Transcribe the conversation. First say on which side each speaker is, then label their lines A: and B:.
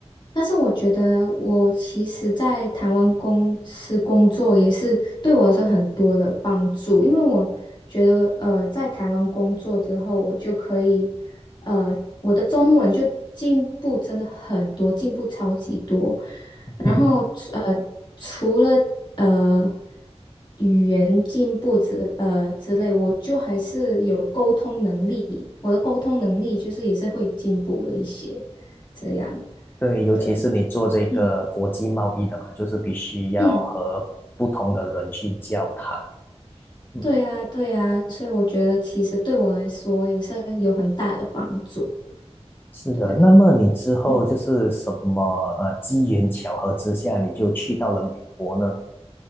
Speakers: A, on the left; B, on the left.
A: 但是我觉得，我其实在台湾公司工作也是对我是很多的帮助，因为我觉得，呃，在台湾工作之后，我就可以，呃，我的中文就进步真的很多，进步超级多。然后，
B: <laughs>
A: 呃，除了呃语言进步之呃之类，我就还是有沟通能力，我的沟通能力就是也是会进步了一些，这样。
B: 对，尤其是你做这个国际贸易的嘛，
A: 对。嗯
B: 就是必须要和不同的人去交谈。
A: 嗯，
B: 嗯
A: 对啊，对啊，所以我觉得其实对我来说也是有很大的帮助。
B: 是的，
A: 对，
B: 那么你之后就是什么呃机缘巧合之下，
A: 嗯。
B: 你就去到了美国呢？